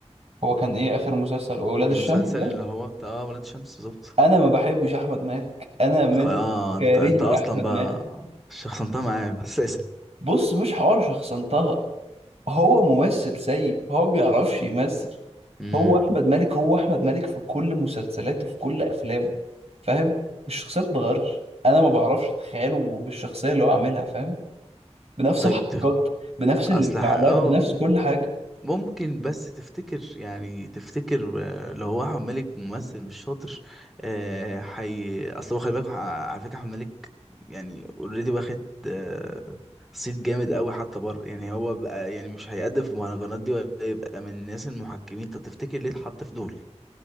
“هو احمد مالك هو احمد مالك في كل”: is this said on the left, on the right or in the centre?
Right